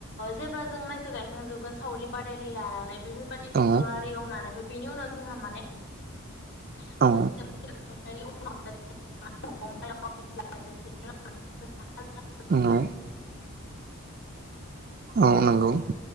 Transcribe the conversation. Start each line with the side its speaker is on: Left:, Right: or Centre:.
Left: जेब्ला जों माइखौ गाय <unintelligible> सावरि बादायलि लानानै। बेफोरबायदि ट्रेक्टर
Right: औ
Left: आरि एवनानैबो बि उनाव जोंहा माने <unintelligible>
Right: औ
Left: <unintelligible> <unintelligible>
Right: औ। औ नंगौ।